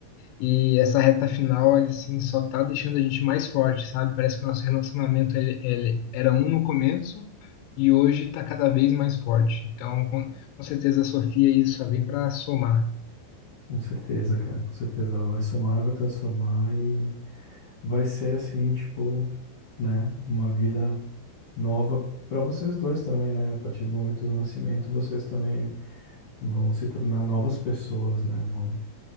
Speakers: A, on the left; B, on the left.
A: E essa reta final, ele assim, só tá deixando a gente mais forte, sabe? Parece que o nosso relacionamento ele, ele era um no começo e hoje tá cada vez mais forte. Então, com, com certeza a Sofia aí só vem para somar.
B: Com certeza, cara, com certeza ela vai somar, vai transformar e vai ser assim, tipo, né, uma vida nova para vocês dois também, né? A partir do momento do nascimento, vocês também vão se tornar novas pessoas, né? Vão,